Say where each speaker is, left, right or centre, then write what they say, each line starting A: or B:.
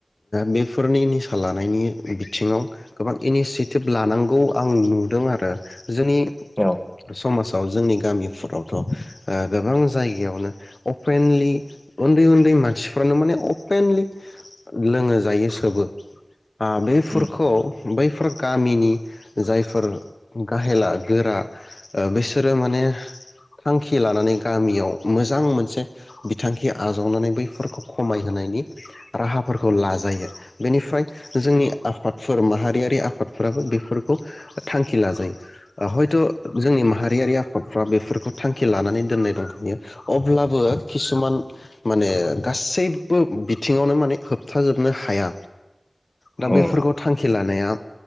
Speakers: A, on the left; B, on the left.
A: बेफोरनि निसा लानायनि बिथिङाव गोबां इनिसियेटिभ लानांगौ आं नुदों आरो। जोंनि
B: औ
A: समाजाव। औ जोंनि गामिफोरावथ। गोबां जायगायावनो अपेनलि उन्दै उन्दै मानसिफ्रानो माने अपेनलि लोंङो जायो सोबो। बेफोरखौ
B: उम
A: बैफोर। गामिनि जायफोर गाहेला गोरा बिसोरो माने थांखि लानानै। गामियाव मोजां मोनसे। बिथांखि आजावनानै बैफोरखौ खमायहोनायनि राहाफोरखौ लाजायो। जे बेनिफ्राय जोंनि आफादफोर माहारियारि आफादफ्राबो बेफोरखौ थांखि लाजायो हयथ जोंनि माहारियारि आफादफ्रा बेफोरखौ थांखि लानानै दोननाय। दंखायो अब्लाबो किसुमान माने गासैबो बिथिङावनो माने होबथाजोबनो हाया। दा
B: औ
A: बेफोरखौ थांखि लानो। लानाया